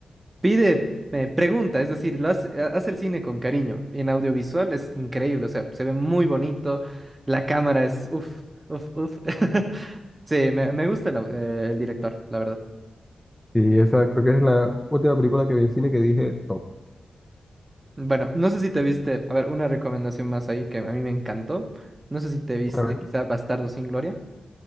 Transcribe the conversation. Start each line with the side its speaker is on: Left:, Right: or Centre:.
Right: pide, eh, pregunta, es decir, lo hace, ha- hace el cine con cariño y en audiovisual es increíble, o sea, se ve muy bonito, la cámara es, uff, uff, uff. <laughs> Sí, me, me gusta el, au- eh, el director, la verdad.
Centre: Sí, esa creo que es la última película que vi en cine que dije top.
Right: Bueno, no sé si te viste, a ver, una recomendación más ahí que a mí me encantó. No sé si te viste
Centre: A ver.
Right: quizá Bastardo sin Gloria.